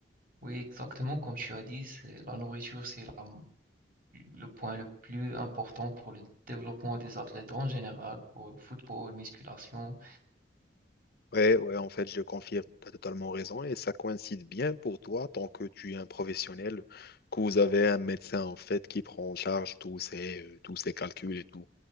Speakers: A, on the right (about 55°); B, on the left (about 60°).
A: oui, exactement comme tu as dit, c'est, la nourriture, c'est la, le point le plus important pour le développement des athlètes en général, pour le football, musculation.
B: Ouais, ouais, en fait, je confirme, tu as totalement raison et ça coïncide bien pour toi tant que tu es un professionnel, que vous avez un médecin en fait qui prend en charge tous ces, euh, tous ces calculs et tout.